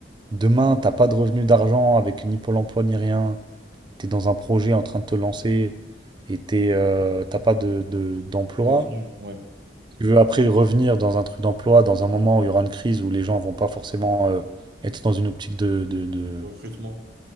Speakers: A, on the right (about 25°); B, on the right (about 60°).
A: demain, t'as pas de revenu d'argent avec ni Pôle emploi ni rien. Tu es dans un projet en train de te lancer et t'es, euh, t'as pas de, de- d'emploi.
B: Du Revenu, ouais.
A: tu veux après revenir dans un truc d'emploi, dans un moment où il y aura une crise où les gens vont pas forcément euh, être dans une optique de, de, de-
B: Du Recrutement.